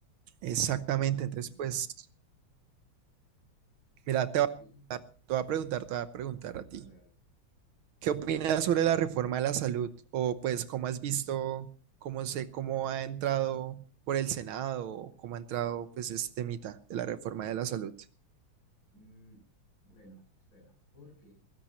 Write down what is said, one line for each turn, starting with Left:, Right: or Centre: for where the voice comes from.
Right: exactamente,
Left: Entonces,
Right: entonces
Left: sí,
Right: pues
Left: no,
Right: mira,
Left: bien,
Right: te, va- te
Left: bien,
Right: voy a preguntar, te voy a preguntar
Left: dale,
Right: a ti,
Left: dale.
Right: ¿qué opinas sobre la reforma de la salud? O pues cómo has visto, cómo sé, cómo ha entrado por el Senado, o cómo ha entrado pues este temita de la reforma de la salud.
Left: Mm, bueno, espera, porque